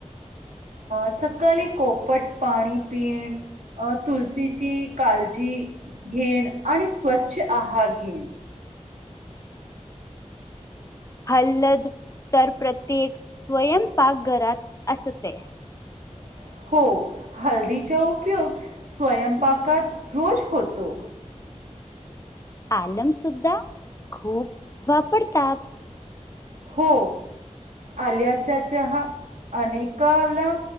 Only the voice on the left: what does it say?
हलद तर प्रत्येक स्वयंपाक घरात असते.
आलम सुद्धा खूप वापरतात.